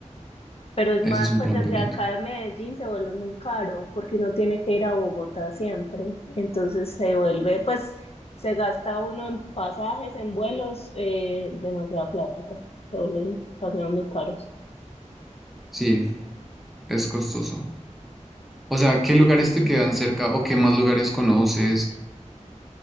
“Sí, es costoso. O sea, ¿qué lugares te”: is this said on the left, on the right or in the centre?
Centre